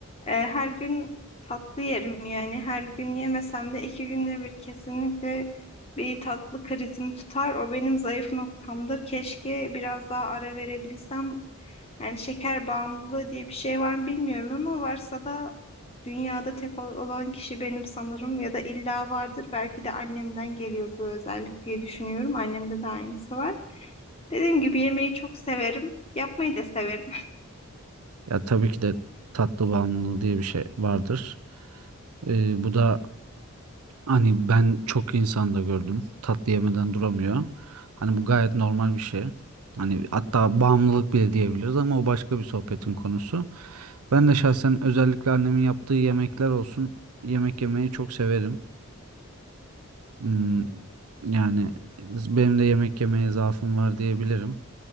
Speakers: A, on the left; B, on the right.
A: E, her gün tatlı yerim yani her gün yemesem de iki günde bir kesinlikle bir tatlı krizim tutar. O benim zayıf noktamdır. Keşke biraz daha ara verebilsem. Yani şeker bağımlılığı diye bir şey var mı bilmiyorum ama varsa da dünyada tek ol- olan kişi benim sanırım ya da illa vardır. Belki de annemden geliyor bu özellik diye düşünüyorum. Annemde de aynısı var. Dediğim gibi yemeği çok severim. Yapmayı da severim.
B: Ya tabii ki de tatlı bağımlılığı diye bir şey vardır. Ee, bu da Hani ben çok insan da gördüm. Tatlı yemeden duramıyor. Hani bu gayet normal bir şey. Hani hatta bağımlılık bile diyebiliriz ama o başka bir sohbetin konusu. Ben de şahsen özellikle annemin yaptığı yemekler olsun. Yemek yemeyi çok severim. Hmm, yani benim de yemek yemeye zaafım var diyebilirim.